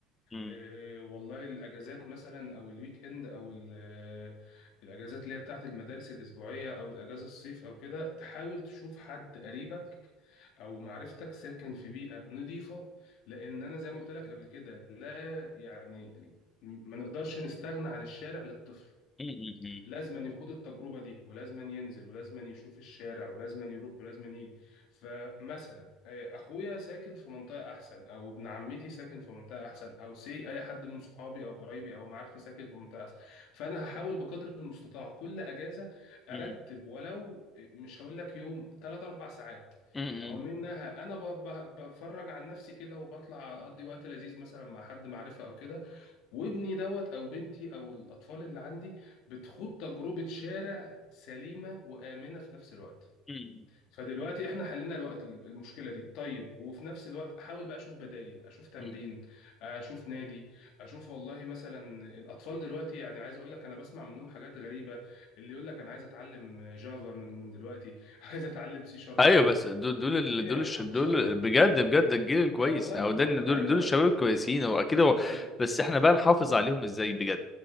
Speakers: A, on the left (about 20°); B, on the left (about 70°).
A: مم.
B: إيه والله الاجازات مثلا او الويك اند او ال- الاجازات اللي هي بتاعت المدارس الاسبوعية او الاجازة الصيف او كده تحاول تشوف حد قريبك او معرفتك ساكن في بيئة نظيفة لان انا زي ما قلت لك قبل كده لا يعني ما نقدرش نستغنى عن الشارع للطفل
A: مم.
B: لازما يخوض التجربة دي ولازما ينزل ولازما يشوف الشارع ولازما يروح ولازما يجي فمثلا آه، أخويا ساكن في منطقة أحسن أو ابن عمتي ساكن في منطقة أحسن أو سي أي حد من صحابي أو قرايبي أو معارفي ساكن في منطقة أحسن فأنا هحاول بقدر المستطاع كل أجازة أرتب
A: مم.
B: ولو آه، مش هقول لك يوم ثلاث أربع ساعات
A: مم.
B: اهو منها انا ب- ب- بفرج عن نفسي كده وبطلع اقضي وقت لذيذ مثلا مع حد معرفه او كده وابني دوت او بنتي او الاطفال اللي عندي بتخوض تجربه شارع سليمه وامنه في نفس الوقت
A: مم.
B: فدلوقتي احنا حلينا الوقت المشكله دي طيب وفي نفس الوقت احاول بقى اشوف بدايل اشوف تمرين
A: مم.
B: اشوف نادي اشوف والله مثلا الاطفال دلوقتي يعني عايز اقول لك انا بسمع منهم حاجات غريبه اللي يقول لك انا عايز اتعلم جافا من دلوقتي <laughs> عايز اتعلم سي شارب
A: ايوه
B: شارب
A: بس دول دول ال-
B: ايه
A: دول
B: يا
A: الش-
B: <laughs>
A: دول
B: ما شاء الله
A: بجد بجد الجيل الكويس
B: بقى والله
A: او
B: ما
A: ده
B: بهزر.
A: إن دول
B: ايوه
A: دول الشباب الكويسين هو اكيد هو
B: ايوه
A: بس احنا بقى نحافظ عليهم ازاي بجد